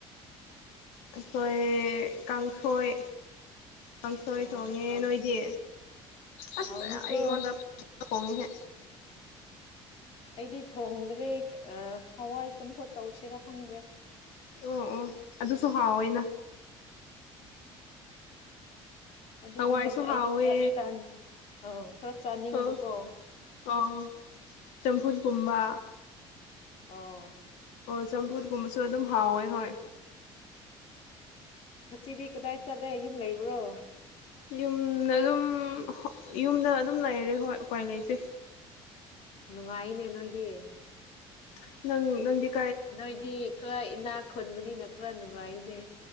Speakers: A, on the left (about 90°); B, on the left (about 60°).
A: ꯑꯩꯈꯣꯏ ꯀꯥꯡꯁꯣꯏ ꯄꯪꯈꯣꯏ
B: ꯑꯣ
A: ꯈꯣꯡꯉꯦ
B: ꯍꯥꯎ
A: ꯅꯣꯏꯗꯤ ꯑꯁ
B: ꯍꯥꯎꯅꯤꯀꯣ
A: ꯑꯩ ꯑꯩꯉꯣꯟꯗ ꯈꯣꯡꯉꯦꯍꯦ
B: ꯑꯩꯗꯤ ꯊꯣꯡꯗ꯭ꯔꯦ ꯍꯋꯥꯏ ꯆꯝꯐꯨꯠ ꯇꯧꯁꯤꯔꯥ ꯈꯪꯗ꯭ꯔꯦ
A: ꯑꯣ ꯑꯣ ꯑꯗꯨꯁꯨ ꯍꯥꯎꯋꯦꯅ
B: ꯑꯗꯨꯒꯨꯝꯕꯗ
A: ꯍꯋꯥꯏꯁꯨ
B: ꯑꯩꯗꯤ
A: ꯍꯥꯎꯋꯦ
B: ꯈꯔ ꯆ ꯑ ꯈꯔ ꯆꯥꯅꯤꯡꯕꯀꯣ
A: ꯑꯣ ꯑꯣ ꯇꯝꯐꯨꯠꯀꯨꯝꯕ
B: ꯑꯣ- --
A: ꯑꯣ ꯆꯝꯐꯨꯠ ꯀꯨꯝꯕꯁꯨ ꯑꯗꯨꯝ ꯍꯥꯎꯋꯦ ꯍꯣꯏ꯫
B: ꯉꯁꯤꯗꯤ ꯀꯗꯥꯏ ꯆꯠꯂꯦ ꯌꯨꯝ ꯂꯩꯕ꯭ꯔꯣ꯫
A: ꯌꯨꯝꯗ ꯑꯗꯨꯝ ꯌꯨꯝꯗ ꯑꯗꯨꯝ ꯂꯩꯔꯦ ꯍꯣꯏ ꯎꯄꯥꯏ ꯂꯩꯇꯦ꯫
B: ꯅꯨꯡꯉꯥꯏꯅꯦ ꯅꯣꯏꯗꯤ꯫
A: ꯅꯪ ꯅꯪꯗꯤ- --
B: ꯅꯣꯏꯗꯤ ꯈꯔ ꯏꯅꯥꯛ ꯈꯨꯟꯕꯅꯤꯅ ꯈꯔ ꯅꯨꯡꯉꯥꯏꯅꯦ꯫